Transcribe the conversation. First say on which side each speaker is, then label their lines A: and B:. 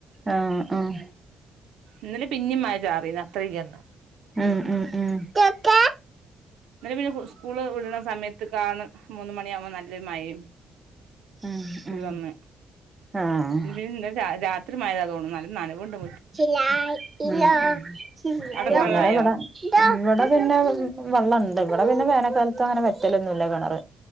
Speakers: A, on the right (about 25°); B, on the right (about 80°).
A: ആഹ ആഹ.
B: ന്നലെ പിന്നും മായ ചാറിയന്ന് അത്രയ്യ്ന്ന്
A: ഉം അ അഹ് ക്ക ക്ക
B: ന്നല്ല പിന്നെ സ്കൂള് വിടണ സമയത്ത കാണ്. മൂന്ന മണിയാകുമ്പോൾ നല്ലൊരു മയും.
A: ഉം ഉം
B: വന്ന
A: ആഹ്
B: <unintelligible> ന്ന രാ ഇപ്പം മായതാതോന്നണ് നല്ല നനവുണ്ട് മുറ്റ്
A: ലാ ഇല ഇല്ല
B: അവ്ടൊക്കെ
A: ഇന്നലെ
B: വെള്ളായോ
A: വടെ, വടെ പിന്നെ വെള്ളംണ്ട് ഇവിടെ പിന്നെ വേനൽക്കാലത്ത് അങ്ങനെ വെറ്റലൊന്നുംല്ല കിണർ.